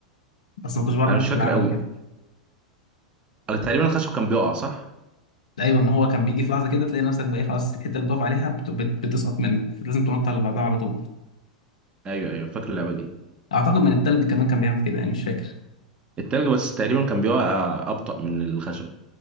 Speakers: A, on the left; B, on the right.
A: بس ما كنتش بعرف
B: انا مش
A: اظبط
B: فاكر
A: العالم
B: قوي
A: كده
B: آه، تقريبا الخشب كان بيقع صح
A: ايوه ما هو كان بيجي في لحظه كده تلاقي نفسك بقى إيه، خلاص الحته اللي بتقف عليها بت... بت... بتسقط منك لازم تنط على بعضها على طول
B: ايوه ايوه فاكر اللعبة دي
A: اعتقد من التلج كمان كان بيعمل كده يعني مش فاكر
B: التلج بس تقريبا كان بيقع ابطأ من الخشب